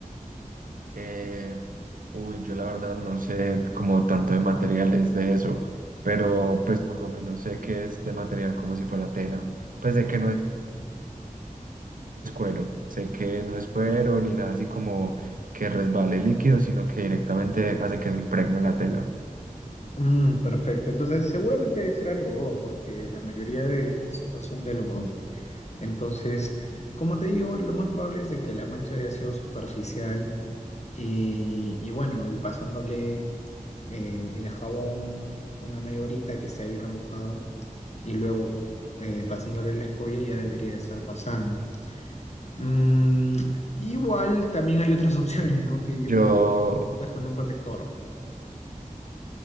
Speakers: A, on the right (about 75°); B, on the left (about 50°).
A: Eh, uy, yo la verdad no sé como tanto de materiales de eso, pero pues por lo menos sé que es de material como si fuera tela. Pues sé que no es cuero, sé que no es cuero ni nada así como que resbale líquido, sino que directamente hace que se impregne la tela.
B: Mm, perfecto, entonces seguramente debe ser algodón, porque la mayoría de sofás son de algodón. Entonces, como te digo, lo más probable es de que la mancha haya sido superficial y, y bueno, y pasándole eh, el jabón una media horita que esté ahí remojado y luego eh, pasándole la escoria ya debería de estar pasando. Mm, igual también hay otras <laughs> opciones, ¿no? Que yo
A: Yo,
B: creo que también le puedes poner un protector.